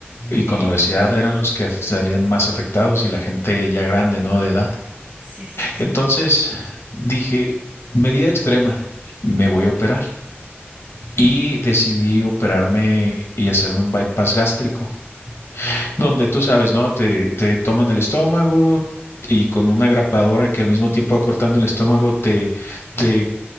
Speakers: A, on the left; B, on the right.
A: y con
B: Sí,
A: obesidad eran los que salían más afectados y la gente ya grande, ¿no? De edad.
B: sí, sí.
A: Entonces dije, medida extrema, me voy a operar. y decidí operarme y hacerme un bypass gástrico, donde tú sabes, ¿no? Te, te toman el estómago y con una grapadora que al mismo tiempo va cortando el estómago, te, te,